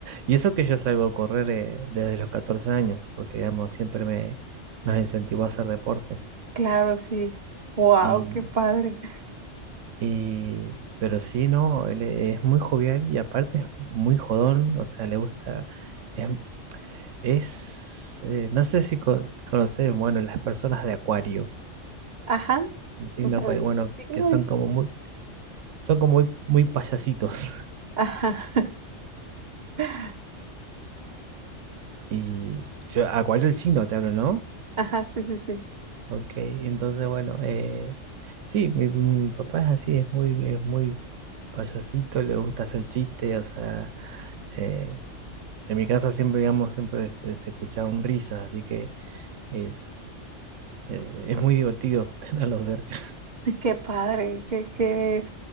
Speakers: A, on the right; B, on the right.
A: Y eso que yo salgo a correr eh, desde los 14 años, porque digamos, siempre me nos incentivó a hacer deporte.
B: Claro, sí. Wow,
A: Y,
B: qué padre.
A: y- pero sí, no, él e- es muy jovial y aparte es muy jodón, o sea, le gusta, es, es, eh, no sé si co- conoces, bueno, las personas de Acuario,
B: Ajá.
A: el signo
B: O sea,
A: Acuario,
B: el-
A: bueno,
B: ¿sí que
A: que
B: lo
A: son
B: dice?
A: como muy, son como muy, muy payasitos. <laughs>
B: Ajá. <laughs>
A: Y yo, Acuario el signo te hablo, ¿no?
B: Ajá, sí, sí, sí.
A: Ok, entonces bueno, eh, sí, mi, mi papá es así, es muy, es muy payasito, le gusta hacer chistes, o sea, eh, en mi casa siempre, digamos, siempre se se escucharon risas, así que es, eh, es muy divertido <laughs> tenerlo cerca.
B: Ay, Qué padre, qué, qué,